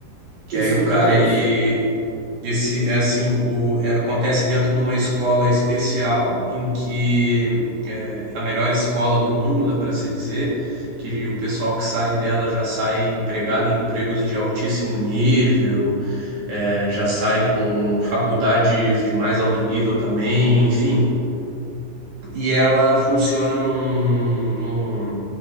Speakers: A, on the right; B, on the right.
A: Que
B: Esse
A: aí
B: eu
A: o
B: não
A: cara,
B: conheço.
A: ele. Esse, é assim, o, é, acontece dentro de uma escola especial, em que é a melhor escola do mundo, dá para se dizer, que o pessoal que sai dela já sai empregado em empregos de altíssimo nível, é, já sai com faculdades de mais alto nível também, enfim. E ela funciona num,